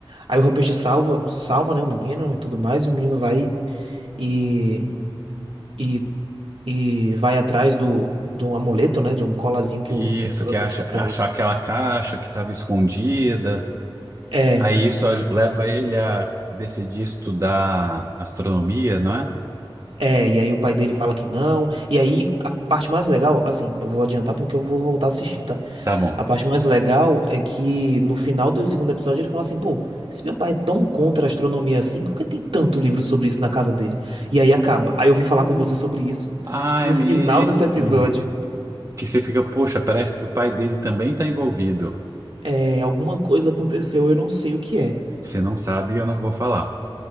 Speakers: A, on the right (about 80°); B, on the right (about 35°).
A: Aí o Rupert salva, salva, né, o menino e tudo mais, e o menino vai e e, e vai atrás do de um amuleto, né, de um colazinho que
B: Isso,
A: o que o
B: que
A: Rupert
B: acha,
A: dá pra
B: achar
A: ele.
B: aquela caixa que estava escondida.
A: é
B: Aí isso aj- leva ele a decidir estudar astronomia, não é?
A: É, e aí o pai dele fala que não. E aí a parte mais legal, assim, eu vou adiantar porque eu vou voltar a assistir, tá?
B: Tá bom.
A: A parte mais legal é que no final do segundo episódio ele fala assim, pô, se meu pai é tão contra a astronomia assim, por que tem tanto livro sobre isso na casa dele? E aí acaba. Aí eu vim falar
B: Hum.
A: com você sobre isso
B: Ah,
A: no
B: é mesmo.
A: final desse episódio.
B: Que você fica, poxa, parece que o pai dele também está envolvido.
A: É, alguma coisa aconteceu, eu não sei o que é.
B: Se não sabe, eu não vou falar.